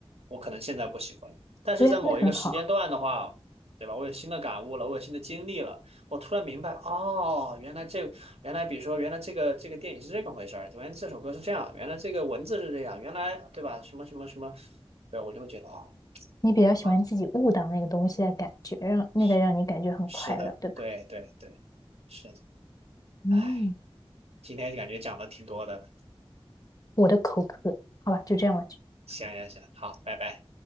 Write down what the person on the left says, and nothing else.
对呀，那很好。
你比较喜欢自己悟到那个东西的感觉，
让那个让你感觉很快乐，
对吧？
嗯，
我的口渴，好吧，就这样了。